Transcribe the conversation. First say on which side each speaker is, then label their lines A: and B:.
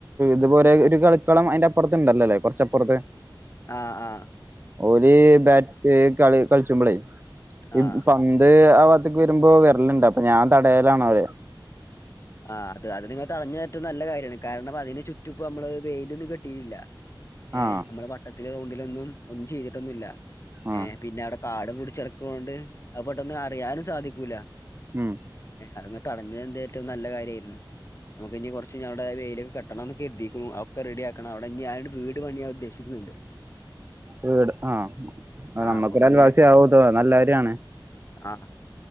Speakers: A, on the right; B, on the left.
A: അതുപോലെ ഒരു കളിക്കളം അയിന്റെ അപ്പുറത്ത്ണ്ടല്ലല്ലേ കുറച്ചപ്പുറത്ത്.
B: ആഹ് ആഹ്.
A: ഓര് ബാറ്റ് കളി കളിച്ച്മ്പളേ
B: ആഹ്
A: ഇ പന്ത് അവ ഇത്തേക്ക് വരുമ്പോ വെരലുണ്ട് അപ്പൊ ഞാൻ തടയലാണ് അവരെ
B: ആഹ് അത് അത് നിങ്ങൾ തടഞ്ഞ് ട്ട് നല്ല കാര്യാണ്. കാരണം അതിന് ചുറ്റും ഇപ്പ നമ്മള് വെയിലൊന്നും കിട്ടിട്ടില്ല ഏഹ്
A: ആഹ്
B: നമ്മുടെ ഭട്ട ഗ്രൗണ്ടിലൊന്നും ഒന്നും ചെയ്തിട്ടൊന്നുമില്ല
A: ആഹ്
B: ഏഹ് പിന്നെ അവിടെ കാട പിടിച്ചടക്കന്നോണ്ട് അത് പെട്ടന്ന് അറിയാനും സാധിക്കൂല്ല
A: ഉം
B: <unintelligible> അതങ് തടഞ്ഞെഎന്തേ റ്റോം നല്ല കാര്യയിരുന്നു നമുക്ക് ഇനി കുറച്ച്ടെ വെയിലികെട്ടണംമെന്ന് കര്തിക്കുണു ഒക്കെ റെഡിയക്കണം അവിടെ ഇനി ആരണ്ട് വീട് പണിയാ ഉദ്ദേശിക്കുന്ന്ണ്ട്
A: വീട് ആഹ് നമ്മക്കൊരു
B: അപ്പൊ പിന്നെ
A: അൽവാസി ആവുത് നല്ല കാര്യാണ്
B: ആഹ്